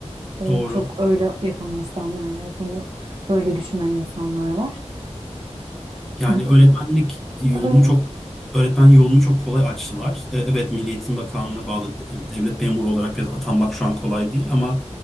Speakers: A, on the right; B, in the centre.
A: E,
B: Doğru.
A: çok öyle yapan insanlar var. Bunu böyle düşünen insanlar var.
B: Yani
A: Bu
B: öğretmenlik yolunu
A: öyle
B: çok öğretmen yolunu çok kolay açtılar. E, Evet, Milli Eğitim Bakanlığı'na bağlı de- devlet memuru olarak biraz atanmak şu an kolay değil ama